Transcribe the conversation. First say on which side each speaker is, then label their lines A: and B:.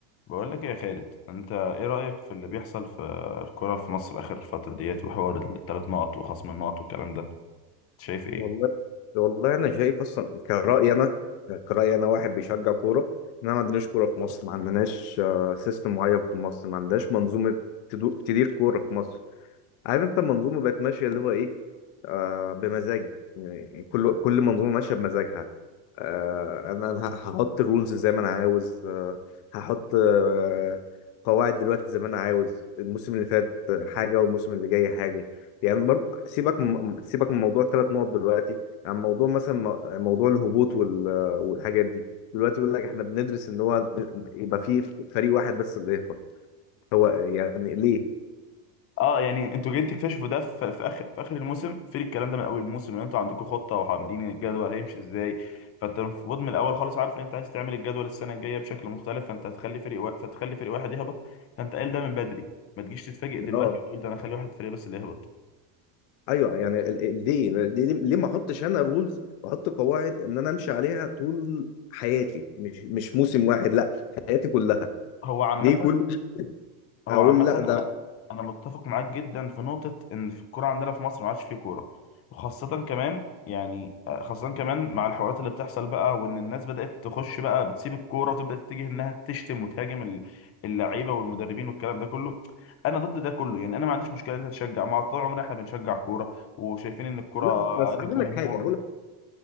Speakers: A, on the left; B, on the left.
A: بقول لك إيه يا خالد انت ايه رأيك في اللي بيحصل في الكرة في مصر اخر الفترة ديت وحوار الثلاث نقط وخصم النقط والكلام ده أنت شايف ايه
B: والله والله انا شايف اصلا كرأيي انا كرأيي انا واحد بيشجع كوره ان انا ما عندناش كوره في مصر ما عندناش سيستم معين في مصر ما عندناش منظومه تدو- تدير كوره في مصر عارف انت المنظومه بقت ماشيه اللي هو ايه آه بمزاج يعني كل كل منظومه ماشيه بمزاجها آه انا أنا هحط رولز زي ما انا عاوز آه هحط آه قواعد دلوقتي زي ما انا عاوز الموسم اللي فات حاجه والموسم اللي جاي حاجه يعني برضو سيبك من- سيبك من موضوع الثلاث نقط دلوقتي عن موضوع مثلا م- موضوع الهبوط وال- والحاجات دي دلوقتي بيقول لك احنا بندرس ان هو يبقى في فريق واحد بس اللي يهبط هو يعني ليه؟
A: اه يعني انتوا جايين تكتشفوا ده في, في اخر في اخر الموسم فين الكلام ده من اول الموسم ان انتوا عندكم خطة وعاملين الجدول هيمشي ازاي فانت المفروض من الاول خالص عارف ان انت عايز تعمل الجدول السنة الجاية بشكل مختلف فانت هتخلي فريق وا... فتخلي فريق واحد يهبط فانت قايل ده من بدري ما تجيش تتفاجئ دلوقتي
B: اه
A: تقول ده انا اخلي واحد فريق بس اللي يهبط
B: ايوه يعني ال- ال- ليه ليه ليه ما احطش انا رولز واحط قواعد ان انا امشي عليها طول حياتي مش مش موسم واحد لا حياتي كلها
A: هو عامة
B: ليه كل
A: هو
B: اقول
A: عامة
B: لا
A: أنا
B: ده
A: أنا متفق معاك جدا في نقطة إن في الكورة عندنا في مصر ما عادش فيه كورة وخاصة كمان يعني آه، خاصة كمان مع الحوارات اللي بتحصل بقى وإن الناس بدأت تخش بقى بتسيب الكورة وتبدأ تتجه إنها تشتم وتهاجم ال- اللعيبة والمدربين والكلام ده كله أنا ضد ده كله يعني أنا ما عنديش مشكلة إن أنت تشجع مع طول عمرنا إحنا بنشجع كورة وشايفين إن الكورة
B: لا بس هقول
A: للجمهور
B: لك حاجه هقول لك